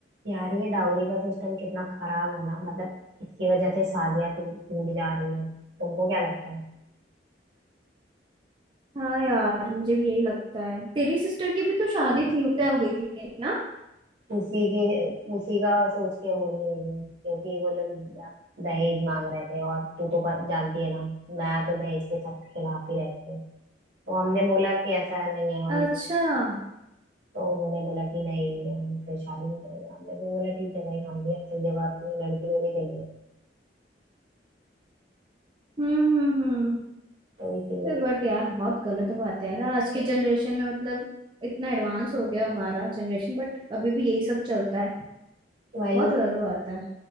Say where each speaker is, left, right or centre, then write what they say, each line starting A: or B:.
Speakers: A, on the right; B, on the right.
A: यार ये डाउरी का सिस्टम कितना खराब है ना मतलब इसकी वजह से शादियां टू- टूट जा रही है तुमको क्या लगता है
B: हाँ यार मुझे भी यही लगता है तेरी सिस्टर की भी तो शादी थी तय हो गई थी ना
A: उसी के उसी का सोच के बोल ही रही है क्योंकि वो लोग द- दहेज मांग रहे थे और तू तो प- जानती है ना मैं तो दहेज के सख्त खिलाफ ही रहती हूँ तो हमने बोला कि ऐसा नहीं है हम
B: अच्छा हम्म
A: तो उन्होंने बोला कि नहीं हम फिर शादी नहीं करेंगे हमने भी बोला ठीक है भाई हम भी ऐसी जगह अपनी लड़की को नहीं देंगे
B: हम्म हम्म
A: तो इसीलिए
B: तो बट यार बहुत गलत बात है यार आज के जनरेशन में मतलब इतना एडवांस हो गया हमारा जनरेशन बट अभी भी यही सब चलता है
A: वही
B: बहुत गलत बात है